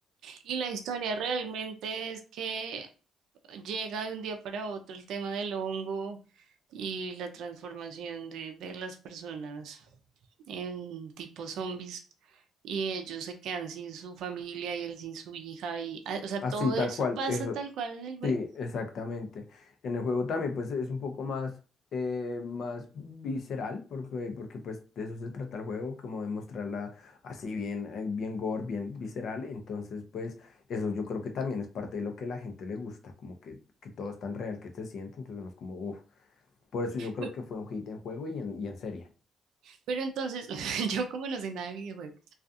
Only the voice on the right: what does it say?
Y la historia realmente es que llega de un día para otro el tema del hongo y la transformación de, de las personas. en tipo zombies y ellos se quedan sin su familia y él sin su hija y ah, o sea,
todo
eso
pasa
tal cual en el juego.
Pe-
Pero entonces, <laughs> yo como no sé nada de videojuegos,